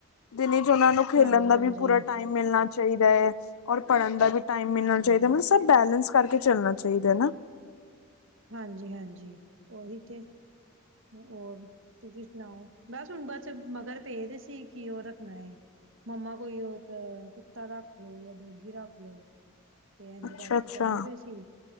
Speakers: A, on the left; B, on the right.
A: ਜਿਨੇ ਚ ਉਹਨਾਂ ਨੂੰ ਖੇਲਣ
B: ਹਾਂਜੀ
A: ਦਾ
B: ਹਾਂਜੀ
A: ਵੀ ਪੂਰਾ ਟਾਈਮ ਮਿਲਣਾ ਚਾਹੀਦਾ ਹੈ ਔਰ ਪੜ੍ਹਨ ਦਾ ਵੀ ਟਾਈਮ ਮਿਲਣਾ
B: ਹਾਂਜੀ
A: ਚਾਹੀਦਾ ਮਤਲਬ ਸ ਬੈਲੈਂਸ ਕਰਕੇ ਚੱਲਣਾ ਚਾਹੀਦੇ ਨਾ
B: ਹਾਂਜੀ ਹਾਂਜੀ ਉਹੀ ਤੇ ਹੋਰ ਤੁਸੀਂ ਸੁਣਾਓ ਬਸ ਹੁਣ ਬਸ ਮਗਰ ਪਏ ਦੇ ਸੀ ਕਿ ਉਹ ਰੱਖਣਾ ਹੈ ਮੰਮਾ ਕੋਈ ਉਹ ਇੱਕ ਕੁੱਤਾ ਰੱਖ ਲਓ ਜਾਂ ਡੋਗੀ ਰੱਖ ਲੋ ਤੇ ਇੰਝ
A: ਅੱਛਾ-ਅੱਛਾ
B: ਕਰਕੇ ਕਹਿੰਦੇ ਪਏ ਸੀ